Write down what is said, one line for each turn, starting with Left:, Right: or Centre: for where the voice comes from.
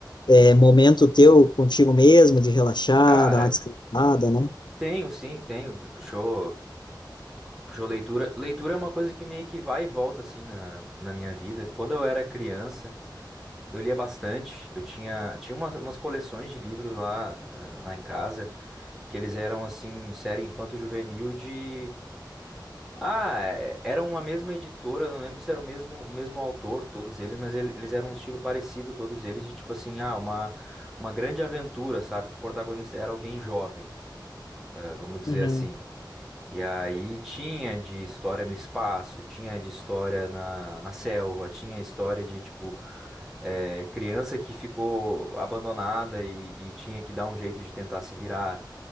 Left: é, momento teu contigo mesmo, de relaxar,
Centre: Cara,
Left: dar uma descansada, né?
Centre: tenho, sim, tenho. Puxou, puxou leitura. Leitura é uma coisa que meio que vai e volta, assim, na, na minha vida. Quando eu era criança, eu lia bastante. Eu tinha, tinha umas, umas coleções de livros lá, ah, lá em casa, que eles eram, assim, de série infanto-juvenil de... Ah, é- era uma mesma editora, eu não lembro se era o mesmo, mesmo autor, todos eles, mas ele- eles eram um estilo parecido, todos eles, de tipo assim, ah, uma, uma grande aventura, sabe? Que o protagonista era alguém jovem, eh, vamos dizer
Left: Uhum,
Centre: assim. E aí tinha de história no espaço, tinha de história na, na selva, tinha história de, tipo, eh, criança que ficou abandonada e, e tinha que dar um jeito de tentar se virar.